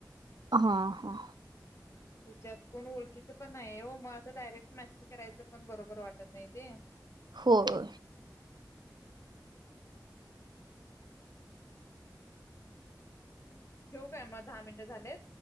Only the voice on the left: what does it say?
त्याच्यात कोण ओळखीचं पण नाही हो, मग असं डायरेक्ट मेसेज करायचं पण बरोबर वाटत नाही ते
ठेऊ काय मग दहा मिनटं झालेत.